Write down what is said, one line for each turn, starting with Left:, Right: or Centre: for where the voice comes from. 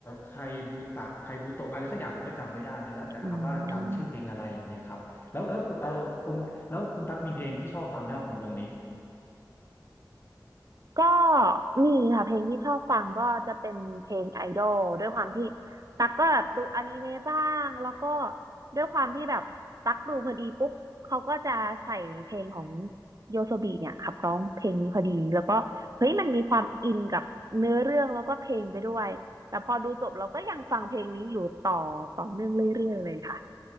Left: ไคบูตะไคบูโตะอะไรสักอย่างผมก็จำไม่ได้มันแล้วแต่ครับว่าจำชื่อเพลงอะไรอย่างเงี้ยครับ
Right: อืม
Left: แล้วแล้วเออคุณแล้วคุณตั๊กมีเพลงที่ชอบฟังไหมครับของวงนี้
Right: ก็มีค่ะเพลงที่ชอบฟังก็จะเป็นเพลงไอดอลด้วยความที่ตั๊กก็แบบดูอนิเมะบ้างแล้วก็ด้วยความที่แบบตั๊กดูพอดีปุ๊บเขาก็จะใส่เพลงของโยโซบีเนี่ยขับร้องเพลงนี้พอดีแล้วก็เฮ้ยมันมีความอินกับเนื้อเรื่องแล้วก็เพลงไปด้วยแต่พอดูจบเราก็ยังฟังเพลงนี้อยู่ต่อต่อเนื่องเรื่อยๆเลยค่ะ